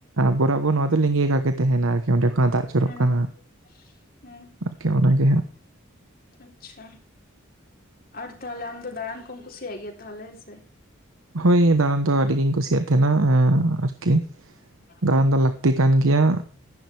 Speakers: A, on the right; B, on the left.
A: ᱵᱚᱨᱟᱵᱚᱨ ᱱᱚᱣᱟ ᱫᱚ ᱞᱤᱸᱜᱤᱠᱟ ᱜᱮ ᱛᱟᱦᱮᱱᱟ ᱟᱨ ᱚᱸᱰᱮ ᱠᱷᱚᱱᱟᱜ ᱫᱟᱜ ᱡᱚᱨᱚᱜ
B: ᱦᱮᱸ
A: ᱠᱟᱱᱟ
B: ᱦᱮᱸ
A: ᱟᱨᱠᱤ ᱚᱱᱟᱜ ᱜᱮ ᱦᱟᱜ
B: ᱟᱪᱪᱷᱟ ᱟᱨ ᱛᱟᱦᱞᱮ ᱟᱢ ᱫᱚ ᱫᱟᱬᱟᱱ ᱠᱚᱢ ᱠᱩᱥᱤᱭᱟᱜ ᱜᱮᱭᱟ ᱛᱟᱦᱞᱮ ᱦᱮᱸ ᱥᱮ
A: ᱦᱳᱭ ᱫᱟᱟᱟᱱ ᱫᱚ ᱟᱹᱰᱤ ᱜᱤᱧ ᱠᱩᱥᱤᱭᱟᱜ ᱛᱟᱦᱮᱸᱱᱟ ᱟᱨᱠᱤ ᱫᱟᱲᱟᱱ
B: ᱦᱩᱸ
A: ᱫᱚ ᱞᱟᱠᱛᱤ ᱠᱟᱱ ᱜᱮᱭᱟ